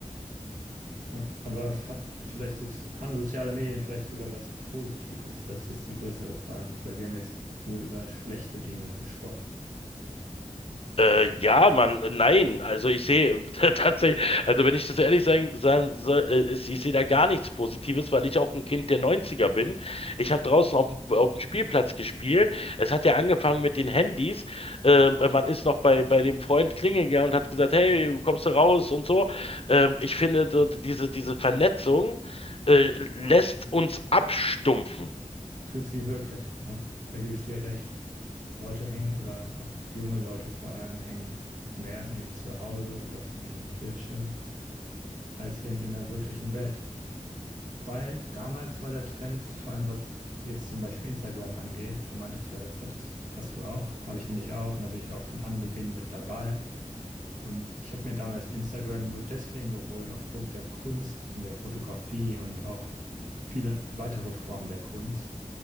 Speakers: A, on the right; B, on the left.
A: Ja, aber hat vielleicht soz- haben soziale Medien vielleicht sogar was Positives? Das ist jetzt die größere Frage, weil wir haben jetzt nur über schlechte Dinge gesprochen.
B: Äh, ja, man, nein, also ich sehe <laughs> tatsächlich, also wenn ich das ehrlich sagen, sagen soll, äh, ist- ich sehe da gar nichts Positives, weil ich auch ein Kind der 90er bin. Ich habe draußen auf, dem- auf dem Spielplatz gespielt. Es hat ja angefangen mit den Handys. Ähm, äh, man ist noch bei, bei dem Freund klingeln gegangen und hat gesagt, hey, kommst du raus und so. Ähm, ich finde, so diese, diese Vernetzung, äh, lässt uns abstumpfen.
A: Tut sie wirklich, ja, da gebe ich dir recht. Leute hängen oder auch junge Leute vor allem hängen mehr eben zu Hause oder vor ihren Bildschirmen als eben in der wirklichen Welt. Wobei damals war der Trend, vor allem was jetzt zum Beispiel Instagram angeht, du meintest ja, das hattest, hast du auch, habe ich nämlich auch und da bin ich auch von Anbeginn mit dabei. Und ich habe mir damals Instagram nur deswegen geholt, aufgrund der Kunst in der Fotografie und auch viele weitere Formen der Kunst,